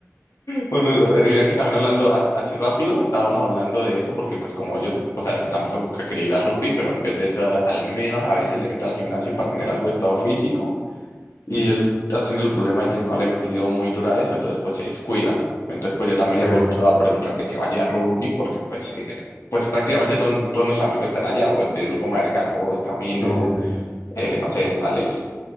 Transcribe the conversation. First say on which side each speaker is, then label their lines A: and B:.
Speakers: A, on the left; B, on the left.
A: Bueno, eh, mira que también hablando así, así rápido, estábamos hablando de eso porque pues como yo, est- o sea, es que tampoco nunca quería ir a rugby, pero en vez de eso, al menos a veces le meto al gimnasio para tener algo de estado físico y él ha tenido el problema de que no le he metido muy dura a eso, entonces pues se descuida. Entonces pues yo también
B: Que,
A: le he vuelto
B: que-
A: a preguntar de que vaya a rugby porque pues, eh, pues prácticamente todo- todos nuestros amigos están allá, o del grupo más cercano, vos, Camilo,
B: Sí, sí, sí.
A: eh, no sé, Alex.